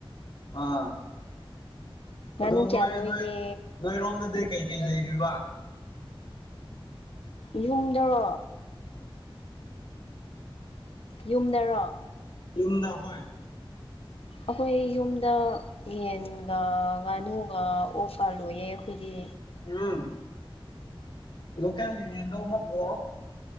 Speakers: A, on the left (about 60°); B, on the left (about 85°).
A: ꯑꯥ
B: ꯉꯥꯅꯨ
A: ꯑꯗꯣ
B: ꯀꯌꯥ
A: ꯅꯣꯏ
B: ꯂꯣꯏꯒꯦ
A: ꯅꯣꯏ ꯅꯣꯏꯔꯣꯝꯗꯗꯤ ꯀꯩꯀꯩ ꯂꯩꯔꯤꯕ?
B: ꯌꯨꯝꯗꯔꯣ? ꯌꯨꯝꯗꯔꯣ?
A: ꯌꯨꯝꯗ ꯍꯣꯏ
B: ꯑꯈꯣꯏ ꯌꯨꯝꯗ ꯌꯦꯟꯒ ꯉꯥꯅꯨꯒ ꯑꯣꯛꯀ ꯂꯣꯏꯌꯦ ꯑꯩꯈꯣꯏꯗꯤ꯫
A: ꯎꯝ ꯂꯣꯀꯦꯜꯒꯤ ꯌꯦꯟꯗꯣ ꯑꯃꯥ ꯄꯣꯔꯣ꯫